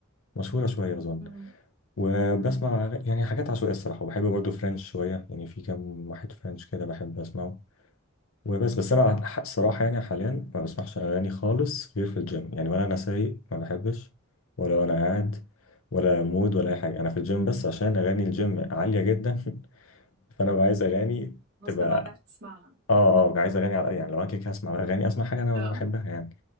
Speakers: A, on the left (about 75°); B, on the right (about 50°).
A: مشهوره شويه اظن
B: مم.
A: وبسمع يعني حاجات عشوائيه الصراحه وبحب برضو فرنش شويه يعني في كام واحد فرنش كده بحب اسمعه وبس بس انا ح- الصراحه يعني حاليا ما بسمعش اغاني خالص غير في الجيم يعني ولا انا سايق ما بحبش ولا وانا قاعد ولا مود ولا اي حاجه انا في الجيم بس عشان اغاني الجيم عاليه جدا <laughs> فانا ببقى عايز اغاني
B: غصبا
A: تبقى
B: عنك تسمعها
A: اه اه عايز اغاني على يعني لو انا كده كده هسمع اغاني اسمع حاجه انا
B: اه
A: بحبها يعني